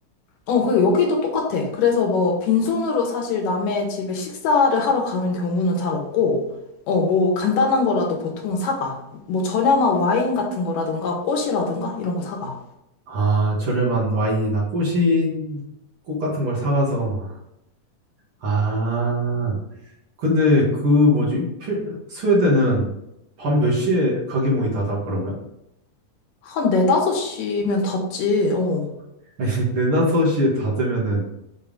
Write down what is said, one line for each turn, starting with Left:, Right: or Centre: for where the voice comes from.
Left: 어, 그 여기도 똑같아. 그래서 뭐 빈손으로 사실 남의 집에 식사를 하러 가는 경우는 잘 없고, 어, 뭐 간단한 거라도 보통은 사가. 뭐 저렴한 와인 같은 거라든가 꽃이라든가 이런 거 사가.
Right: 아, 저렴한 와인이나 꽃인, 꽃 같은 걸 사가서, 아, 근데 그 뭐지? 필- 스웨덴은 밤 몇 시에 가게 문이 닫아 그러면?
Left: 한 네다섯 시면 닫지, 어.
Right: <laughs> 아니 네 다섯 시에 닫으면은